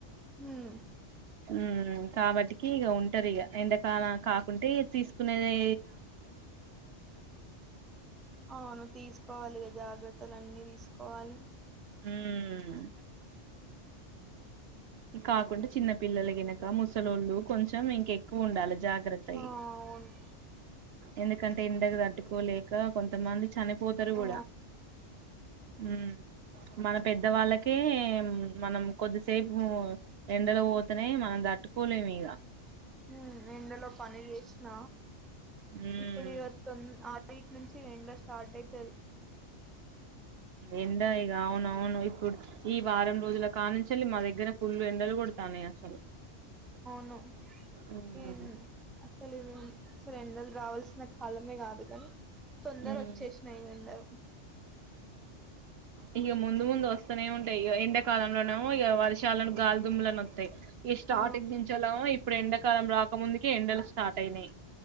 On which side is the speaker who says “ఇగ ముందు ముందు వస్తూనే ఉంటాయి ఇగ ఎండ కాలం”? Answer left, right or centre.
Right